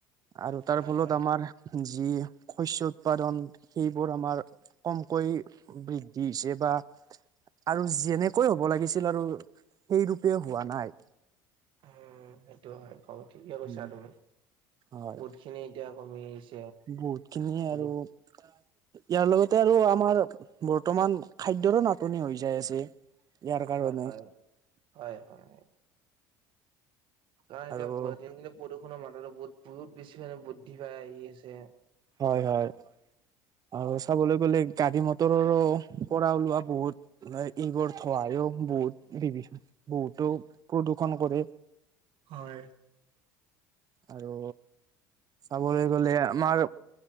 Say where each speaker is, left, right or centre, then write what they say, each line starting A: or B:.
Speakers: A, on the right; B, on the right.
A: আৰু তাৰ
B: হয়
A: ফলত
B: হয়
A: আমাৰ যি শস্য উৎপাদন সেইবোৰ আমাৰ কমকৈ বৃদ্ধি হৈছে বা আৰু যেনেকৈ হ'ব লাগিছিল আৰু সেই ৰূপে হোৱা নাই।
B: উ সেইটো হয় কব ঠিকে কৈছা
A: উম,
B: তুমি
A: হয়
B: বহুত খিনি এতিয়া কমি আহিছে।
A: বহুত খিনি
B: প্ৰদূষ
A: আৰু ইয়াৰ লগতে আৰু আমাৰ বৰ্তমান খাদ্যয়ৰো নাটনি হৈ যায় আছে। ইয়াৰ কাৰণে
B: হয় হয় হয় হয়। কাৰণ এতিয়া
A: আৰু
B: দিনক দিনে প্ৰদূষণৰ মাত্ৰাটো বহুত বহুত বেছি মে বৃদ্ধি পাই আহি আছে।
A: হয় হয় আৰু চাবলৈ গ'লে। গাড়ী মটৰৰো পৰা ওলোৱা বহুত ইগৰ থহায়ও বহুত দিবিছো। বহুতো প্ৰদূষণ কৰে।
B: হয়।
A: আৰু চাবলৈ গলে আমাৰ